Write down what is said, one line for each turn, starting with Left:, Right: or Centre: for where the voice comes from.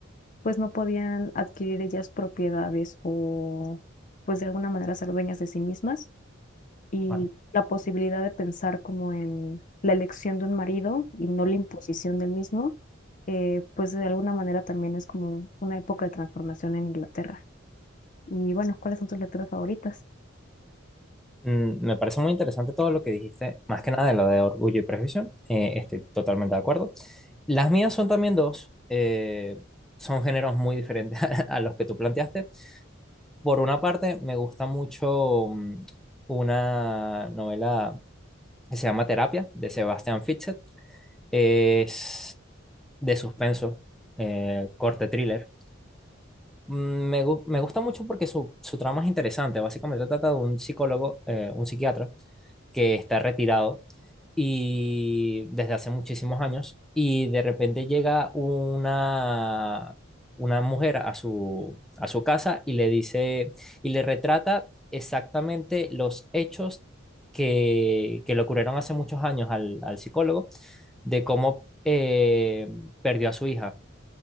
Left: pues no podían adquirir ellas propiedades o, pues de alguna manera ser dueñas de sí mismas y
Centre: Vale.
Left: la posibilidad de pensar como en la elección de un marido y no la imposición del mismo, eh, pues de alguna manera también es como una época de transformación en Inglaterra. Y bueno, ¿cuáles son tus lecturas favoritas?
Centre: Mm, me parece muy interesante todo lo que dijiste, más que nada de lo de Orgullo y Prejuicio. eh, estoy totalmente de acuerdo. Las mías son también dos. eh, son géneros muy diferentes <laughs> a, a los que tú planteaste. Por una parte, me gusta mucho mm, una novela que se llama Terapia, de Sebastian Fitzek. Es de suspenso, eh, corte thriller. Mm, Me, gu- me gusta mucho porque su, su trama es interesante. Básicamente trata de un psicólogo, eh, un psiquiatra, que está retirado y desde hace muchísimos años y de repente llega una, una mujer a su, a su casa y le dice y le retrata exactamente los hechos que, que le ocurrieron hace muchos años al, al psicólogo de cómo eh, perdió a su hija